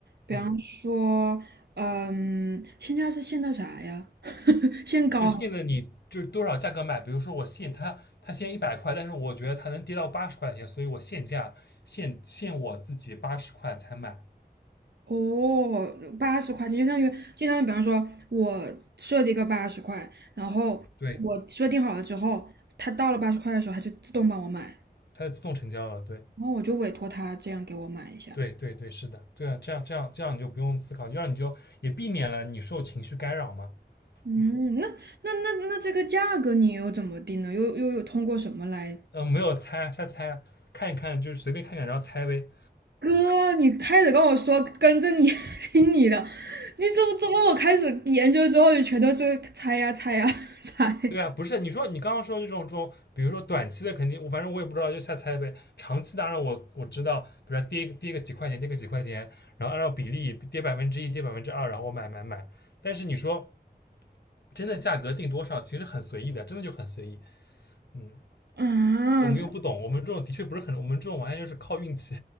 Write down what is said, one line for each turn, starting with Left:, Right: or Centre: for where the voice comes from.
Right: 比方说，
Left: 嗯，
Right: 嗯，限价是限的啥呀？<laughs> 限高。
Left: 就现在你就是多少价格买。比如说我限它，它限一百块，但是我觉得它能跌到八十块钱，所以我限价限限我自己八十块才买。
Right: 哦，八十块钱就相当于，就相当于，比方说，我设定一个八十块，然后我设定好了之后，
Left: 对，
Right: 它到了八十块的时候，它就自动帮我买，
Left: 它就自动成交了，对。
Right: 然后我就委托它这样给我买一下。
Left: 对对对，是的，这样这样这样这样你就不用思考，这样你就也避免了你受情绪干扰嘛。
Right: 嗯，
Left: 嗯
Right: 那那那那这个价格你又怎么定呢？又又有通过什么来？
Left: 呃，没有猜，瞎猜，看一看，就是随便看看，然后猜呗。
Right: 哥，你开始跟我说跟着你 <laughs> 听你的，你怎么怎么我开始研究之后就全都是猜呀猜呀 <laughs> 猜
Left: 对啊，不是你说你刚刚说这种这种，比如说短期的肯定，我反正我也不知道，就瞎猜呗。长期当然我我知道，比如说跌跌个几块钱，跌个几块钱，然后按照比例跌百分之一，跌百分之二，然后我买买买。但是你说真的价格定多少，其实很随意的，真的就很随意。嗯。
Right: 啊啊！
Left: 我们又不懂，我们这种的确不是很，我们这种完全就是靠运气，